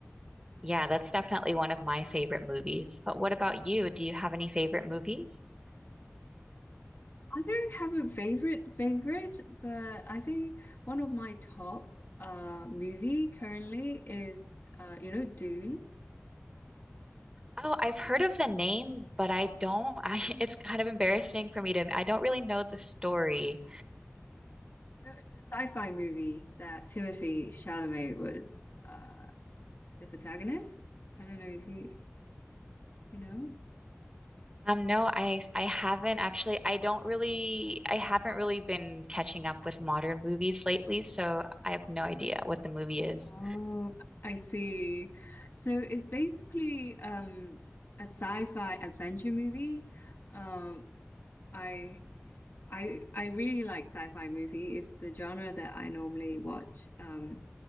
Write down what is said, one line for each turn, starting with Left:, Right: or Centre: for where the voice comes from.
Right: yeah, that's definitely one of my favorite movies. But what about you? Do you have any favorite movies?
Left: I don't have a favorite favorite, but I think one of my top uh movie currently is uh you know Dune.
Right: Oh, I've heard of the name, but I don't. <laughs> I it's kind of embarrassing for me to I don't really know the story.
Left: You know, it's the sci-fi movie that Timothy Chalamet was uh the protagonist. I don't know if you you know.
Right: Um, no, I I haven't actually. I don't really I haven't really been catching up with modern movies lately, so I have no idea what the movie is.
Left: Oh, I see. So it's basically um a sci-fi adventure movie. Um, I I I really like sci-fi movie. It's the genre that I normally watch. Um,